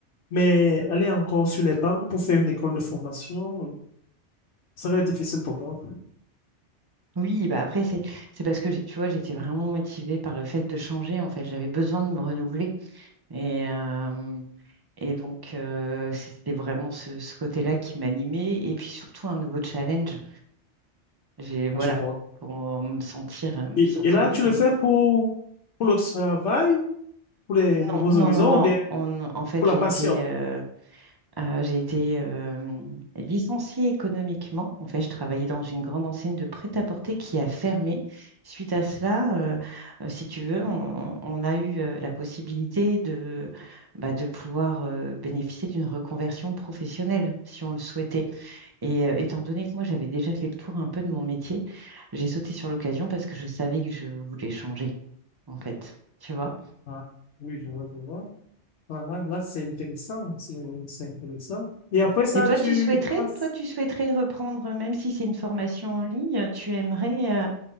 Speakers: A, on the left; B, on the right.
A: mais aller encore sur les bancs pour faire une école de formation. Ça va être difficile pour moi.
B: Oui, bah après, c'est c'est parce que, j'ai- tu vois, j'étais vraiment motivée par le fait de changer. En fait, j'avais besoin de me renouveler. Et, euh, et donc, euh, c'était vraiment ce, ce côté-là qui m'animait. Et puis, surtout, un nouveau challenge. J'ai, voilà,
A: Ah, Je vois.
B: pour euh, me sentir, euh, me
A: Et,
B: sentir
A: et là,
B: vivre.
A: tu le fais pour, pour le travail, pour les nouveaux
B: Non, non,
A: horizons
B: non, non.
A: ou bien
B: On- en fait,
A: pour
B: j'ai
A: la passion?
B: été, euh, euh, j'ai été euh, licenciée économiquement. En fait, je travaillais dans une grande enseigne de prêt-à-porter qui a fermé. Suite à cela, euh, euh, si tu veux, on, on a eu euh, la possibilité de, bah, de pouvoir euh, bénéficier d'une reconversion professionnelle, si on le souhaitait. Et euh, étant donné que moi, j'avais déjà fait le tour un peu de mon métier, j'ai sauté sur l'occasion parce que je savais que je voulais changer, en fait. Tu vois?
A: Ah, oui, je vois, je vois. Voilà, là, c'est intéressant, c'est c'est intéressant. Et après ça,
B: Et toi,
A: tu
B: tu souhaiterais,
A: passes.
B: toi, tu souhaiterais reprendre, même si c'est une formation en ligne, tu aimerais euh,